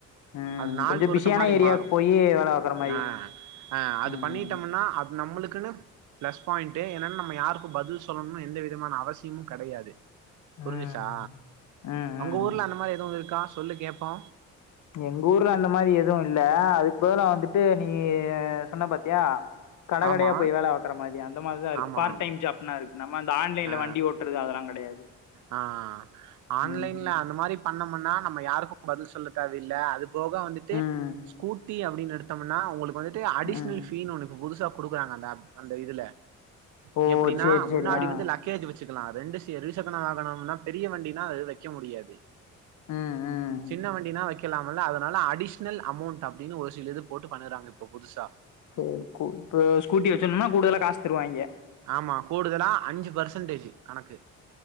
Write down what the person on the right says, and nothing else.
அது நாள்
பொறுத்த
மாரி
மாறு
அ அ அது
பண்ணிட் ட்டோம்னா அது நம்மளுக்குன்னு பிளஸ் பாயிண்ட்டே என்னன்னு நம்ம யாருக்கு பதில் சொல்லணு எந்த விதமான அவசியமு கெடையாது புரிஞ்சிச்சா
உங்க
ஊர்ல அந்த மாதிரி எதுவு இருக்கா சொல்லு கேப்போ
ஆமா
ஆமா
ஆ
ஆ ஆன்லைன்ல
அந்த மாரி பண்ணமுன்னா நம்ம யாருக்கு பதில் சொல்ல தேவையில்ல அது போக வந்துட்டு
ஸ்கூட்டி அப்டின்னு எடுத்தோம்னா உங்களுக்கு வந்துட்டு அடிஷ்னல்
ஒன்னு புதுசா கொடுக்குறாங்க அந்த ஆப் அந்த இதுல
எப்டின்னா
முன்னாடி
வந்து லக்கேஜ் வச்சு வச்சிக்கலா ரெண்டுசி இரு சக்கர வாகனம்னா பெரிய வண்டினா அது வைக்க முடியாது
சின்ன வண்டினா வைக் இலாமல்ல அதனால அடிஷ்னல் அமௌண்ட் அப்டின்னு ஒரு சில இது போட்டு பண்ணறாங்க இப்ப புதுசா
ஆமா கூடுதலா அஞ்சு பெர்சன்டேஜ் கணக்கு